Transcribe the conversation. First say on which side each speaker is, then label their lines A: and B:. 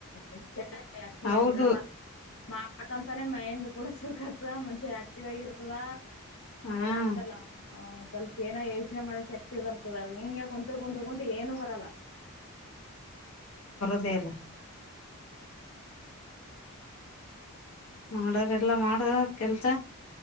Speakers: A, on the left (about 60°); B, on the left (about 75°).
A: <unintelligible> ಆಕ್ಟಿವ್
B: ಹೌದು
A: ಆಗಿರಲ್ಲ ಯಾಕಂತಾನೆ ಮೈಂಡ್ ಕೂಡ <unintelligible> ಮನ್ಷ್ಯ ಆಕ್ಟಿವ್ ಆಗಿರ್ತದ
B: ಹಾ
A: ಏನ ಅಂತಲ್ಲ ಸ್ವಲ್ಪ ಏನೋ ಯೋಚನೆ ಮಾಡೋ ಶಕ್ತಿ ಬರ್ತ ನಿಂಗೆ <unintelligible> <unintelligible> ಕುಂತು ಏನು ಬರಲ್ಲ
B: <unintelligible> ದೇಲ್ಲ ಮಾಡೋದ್ ಎಲ್ಲಾ ಮಾಡೋದಾ ಕೆಲ್ಸ